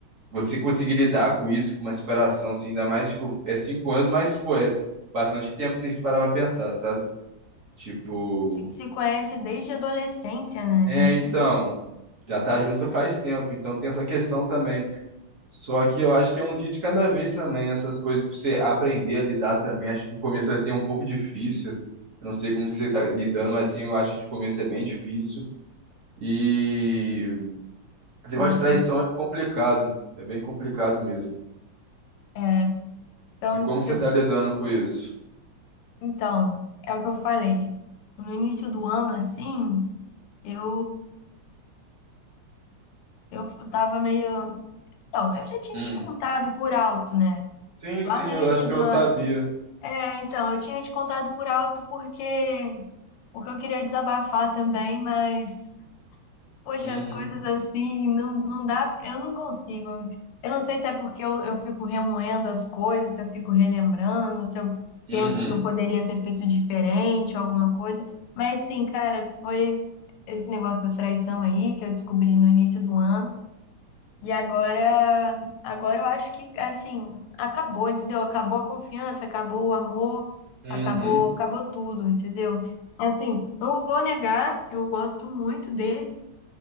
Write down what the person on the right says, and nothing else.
você conseguir lidar com isso, com uma separação, assim, ainda mais, tipo, é cinco anos, mas, pô, é bastante tempo sem se parar pra pensar, sabe? Tipo,
é,
então, já tá junto faz tempo, então tem essa questão também. Só que eu acho que é um dia de cada
vez também, essas coisas pra você aprender a lidar também. Acho que de começo vai ser um pouco difícil. Eu não sei como que você tá lidando, mas assim, eu acho que de começo é bem difícil. E esse
negócio de traição é complicado, é bem complicado mesmo.
E como
que você
tá lidando com isso?
Hum.
Sim,
sim,
eu acho que
eu
sabia.
Uhum,
uhum,
uhum.